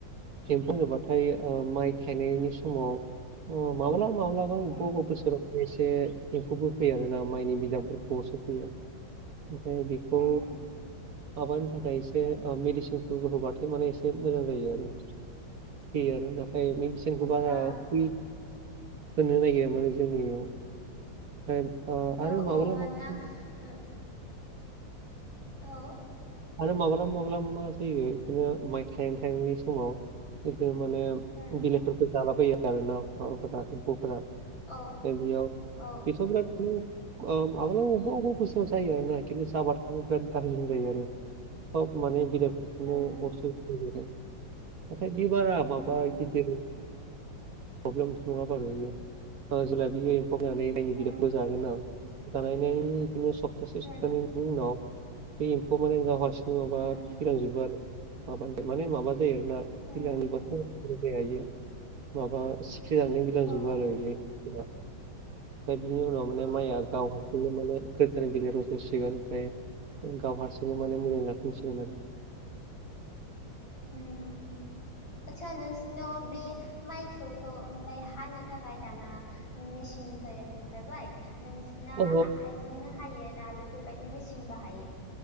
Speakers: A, on the right; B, on the left.
A: हेम्फौ होनोब्लाथाय ओ माइ थायनायनि समाव अ माब्ला माब्लाबा
B: उम
A: बावबावदोंसोराव। एसे एम्फौफोर फैयो आरो ना माइनि बिदांफोरखौ अरसो फैयो ओमफ्राय बेखौ
B: उम
A: माबानो थाखाय बे ओ मेडिसिनफोर होबाथाय माने एसे मोजां जायो आरो थैयो आरो नाथाय मिन जोंखौ
B: आतसा
A: बारा होनो नागिरामानो जोंनियाव ओमफ्राय ओ आरो
B: औ
A: माब्लाबा
B: औ मानोना
A: माब्लाबा
B: उम औ
A: आरो माब्लाबा माब्लाब मा जायो बिदिनो माइ थायां थायांनि समाव बिदि माने
B: उम
A: बिलेफोरखौ जालाबायो आरो ना माबाफोरा एम्फौफोरा
B: औ
A: दा बियाव
B: औ
A: बिथ' बिराद ओ माब्लाबा अबेबा अबेबा बोसोरआव जायो आरोना खिन्थु जाबाथाय बिराद दाम जायो आरो सब माने बिदायफोरखौनो
B: उम
A: अरस होजोबो नाथाय बिबारा माबा
B: उम
A: गिदिर प्रब्लेमथ' नङा बारु इयो जेब्ला बियो एम्फौ जानानै माइनि बिदांखौ
B: उम
A: जागोन ना जानायनाय बिदिनो सप्तासे
B: उम
A: सप्तानैनि उनाव बे एम्फौआव माने गाव हारसिं माबा
B: उम
A: थैलांजोबो आरो माबानि माने माबा जायो आरोना थैलांनिबाथ'
B: उम
A: जाया इयो माबा सिकरि जानानै बिरलांजोबो
B: औ
A: आरो बे एम्फौफोरा ओमफ्राय बिनि उनाव
B: औ
A: माने माइया गाव हारसिंनो माने गोदान बिलाइ रज'सिगोन ओमफ्राय गाव हारसिंनो माने मोजां जाफिनसिगोन आरो
B: उम आदसा नोंसिनाव बे माइखौथ' ओमफफ्राय हानो थाखाय दाना मेसिनफोर ओंखारबाय नों ना
A: अ
B: आखाइजोंनो हायो ना बेफोरबायदि मेसिन बाहायो।